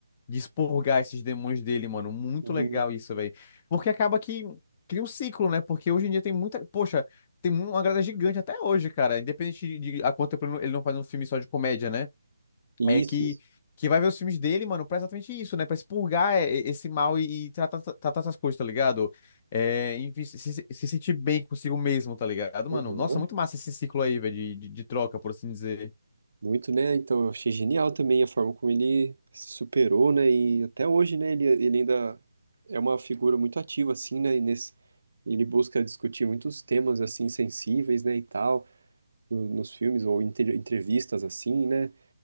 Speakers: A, on the left; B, on the right.
A: de expurgar esses demônios dele, mano. Muito
B: E,
A: legal isso, velho. Porque acaba que cria um ciclo, né? Porque hoje em dia tem muita. Poxa, tem uma grada gigante até hoje, cara. Independente de, de a quanto tempo ele não ele não faz um filme só de comédia, né?
B: isso,
A: é que,
B: isso.
A: que vai ver os filmes dele, mano, pra exatamente isso, né? Pra expurgar é, é, esse mal e, e tratar, tratar essas coisas, tá ligado? É, enfim, se, se- se sentir bem consigo mesmo, tá ligado,
B: Aham.
A: mano? Nossa, muito massa esse ciclo aí, velho, de, de, de troca, por assim dizer.
B: Muito, né? Então, eu achei genial também a forma como ele se superou, né? E até hoje, né? Ele, ele ainda é uma figura muito ativa, assim, né? E nesse, ele busca discutir muitos temas, assim, sensíveis, né? E tal, no- nos filmes ou em entre- entrevistas, assim, né?